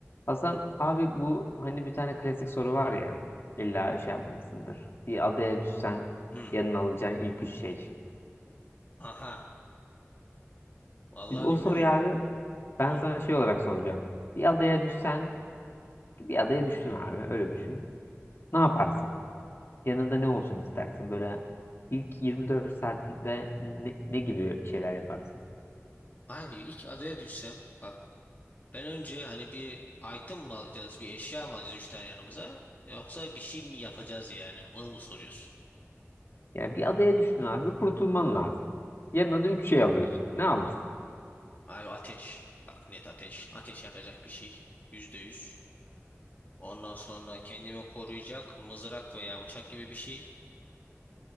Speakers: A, on the left; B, on the left.
A: Hasan abi bu hani bir tane klasik soru var ya illa şey yapmasındır. Bir adaya düşsen
B: Hı.
A: yanına alacağın ilk üç şey.
B: Aha. Vallahi
A: Şimdi o
B: bilmiyorum
A: soruyu
B: ki.
A: abi ben
B: Hı.
A: sana şey olarak soracağım. Bir adaya düşsen bir adaya düştün abi öyle düşün. Ne yaparsın? Yanında ne olsun istersin? Böyle ilk 24 saatinde ne, ne gibi şeyler yaparsın?
B: Abi ilk adaya düşsem bak ben önce hani bir item mı alacağız bir eşya mı alacağız üç tane yanımıza yoksa bir şey mi yapacağız yani onu mu soruyorsun?
A: Yani bir adaya düştün abi kurtulman lazım. Yanına da üç şey alıyorsun. Ne alırsın?
B: Abi ateş bak net ateş ateş yakacak bir şey yüzde yüz ondan sonra kendimi koruyacak mızrak veya bıçak gibi bir şey